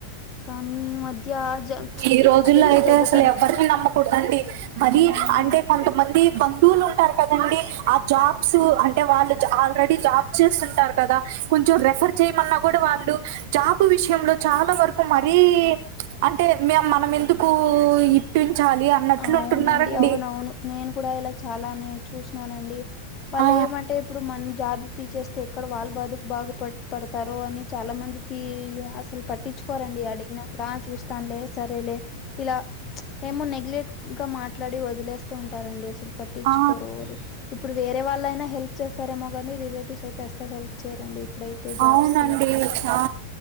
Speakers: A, on the left; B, on the right.
A: కానీ ఈ మధ్య జ
B: ఈ రోజుల్లో
A: అంటే ఇప్పుడు
B: అయితే
A: పెద్ద
B: అసలు
A: పెద్ద
B: ఎవరిని నమ్మకూడదండి. మరి
A: ఉమ్
B: అంటే కొంతమంది బంధువులు ఉంటారు కదండి ఆ జాబ్స్ అన్ టే వాళ్ళు జ ఆల్రెడీ జాబ్ చేస్తుంటారు కదా కొంచెం రెఫర్ చేయమన్నా కూడా వాళ్ళు జాబ్ విషయంలో చాలా వరకు మరీ చ్ అంటే మే మనం ఎందుకు ఇప్పించాలి అన్నట్లు
A: అవునండి
B: ఉంటున్నారండి.
A: అవునవును నేను కూడా ఇలా చాలానే చూసినానండి వాళ్ళు
B: ఆ
A: ఏమంటే ఇప్పుడు మనం జాబ్ ఇప్పిచేస్తే ఎక్కడ వాళ్ళ బాదుకు బాగుపడు పడతారో అని చాలా మందికి అసలు పట్టించుకోరండి అడిగినా. కూడా చూస్తానులే సరేలే ఇలా చ్ ఏమో నెగ్లెక్ట్ గా మాట్లాడి వదిలేస్తూ ఉంటారండి అసలు పట్టించుకోరు
B: ఆ
A: ఒరి ఇప్పుడు వేరే వాళ్ళైనా హెల్ప్ చేస్తారేమో గాని రిలేటివ్స్ అయితే అస్సలు హెల్ప్ చేయ్యరండి ఇప్పుడైతే జాబ్స్కి.
B: అవునండి ఆ